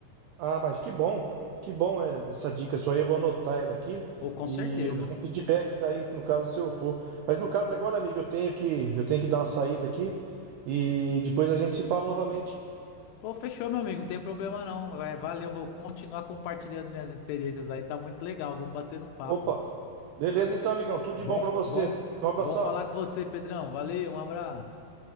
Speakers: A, on the right; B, on the left.
A: Ah, mas que bom, que bom é, essa dica sua aí, eu vou anotar ela aqui
B: Ou com
A: e
B: certeza.
A: eu dou um feedback daí, no caso, se eu for. Mas no caso agora, amigo, eu tenho que, eu tenho que dar uma saída aqui e depois a gente se fala novamente.
B: Ô, fechou, meu amigo. Não tem problema não. É, valeu, vou continuar compartilhando minhas experiências aí. Tá muito legal. Vamos bater um papo.
A: Opa, beleza então, amigão, tudo
B: Bom,
A: de bom pra você.
B: bom,
A: Um abração.
B: bom falar com você, Pedrão. Valeu, um abraço.